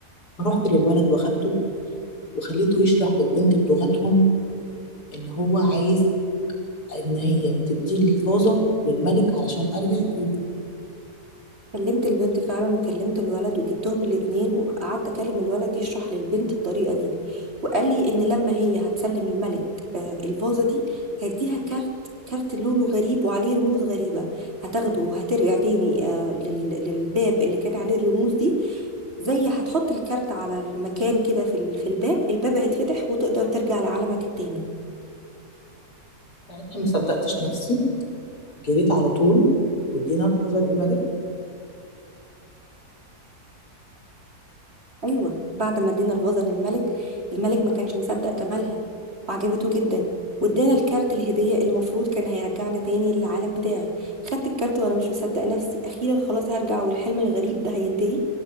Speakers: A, on the left; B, on the right.
A: فرحت للولد وخدته وخليته يشرح للبنت بلغتهم إن هو عايز إن هي تديه الفازة للملك علشان أرجع تاني
B: كلمت البنت فعلا وكلمت الولد وجبتهم الاتنين وقعدت اكلم الولد يشرح للبنت الطريقة دي وقال لي ان لما هي هتسلم الملك آه، الفازة دي هيديها كارت كارت لونه غريب وعليه رموز غريبة هتاخده وهترجع تاني آه، لل- للباب اللي كان عليه الرموز دي زي هتحط الكارت على المكان كده في ال- في الباب الباب هيتفتح وتقدر ترجع لعالمك التاني
A: ساعتها ما صدقتش نفسي جريت على طول وادينا الفازة للملك
B: ايوه بعد ما ادينا الفازه للملك الملك ما كانش مصدق جمالها وعجبته جدا وادانا الكارت الهديه اللي المفروض كان هيرجعنا تاني للعالم بتاعي خدت الكارت وانا مش مصدق نفسي اخيرا خلاص هرجع والحلم الغريب ده هينتهي